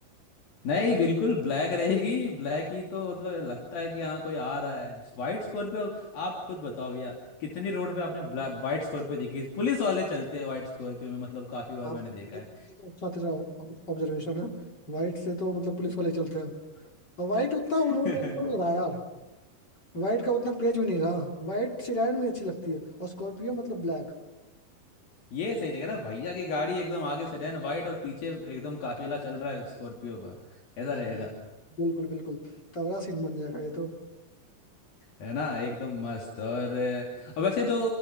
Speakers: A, on the left (about 70°); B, on the left (about 25°).
A: नहीं बिल्कुल ब्लैक रहेगी ब्लैक ही तो मतलब लगता है कि हाँ कोई आ रहा है व्हाइट स्कॉर्पियो आप खुद बताओ यार कितनी रोड पे आपने ब्लैक व्हाइट स्कॉर्पियो देखी पुलिस वाले चलते हैं व्हाइट स्कॉर्पियो में मतलब काफी बार
B: हाँ
A: मैंने
B: हाँ
A: देखा
B: ये
A: है
B: तो ये तो अच्छा तेरा ऑब्जर्वेशन है वाइट से तो मतलब पुलिस वाले चलते हैं और वाइट उतना
A: <laughs>
B: उन्होंने वो नहीं रहा यार वाइट का उतना क्रेज भी नहीं रहा वाइट सिडान में अच्छी लगती है और स्कॉर्पियो मतलब ब्लैक
A: ये सही रहेगा ना भैया की गाड़ी एकदम आगे सेडान व्हाइट और पीछे एकदम काफिला चल रहा है स्कॉर्पियो का ऐसा
B: हाँ।
A: रहेगा
B: बिल्कुल बिल्कुल तगड़ा सीन बन जाएगा ये तो
A: है ना एकदम मस्त और और वैसे जो